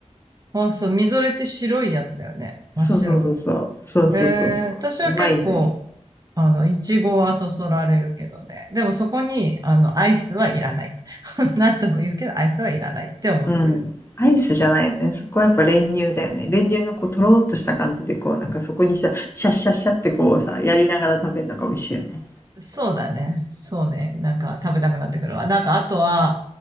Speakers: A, on the right; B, on the left.
A: あ、そう、みぞれって白いやつだよね。真っ白の。
B: そうそうそうそう。そうそうそうそう。
A: えー、私は結構、
B: うまいんだよ。
A: あの、いちごはそそられるけどね。でもそこに、あの、アイスはいらない。<laughs> なんとも言うけど、アイスはいらないって思ってる。
B: うん。アイスじゃないよね。そこはやっぱ練乳だよね。練乳のこう、とろーっとした感じで、こう、なんかそこにさ、シャッシャッシャッってこうさ、やりながら食べるのが美味しいよね。
A: そうだね。そうね。なんか食べたくなってくるわ。なんかあとは、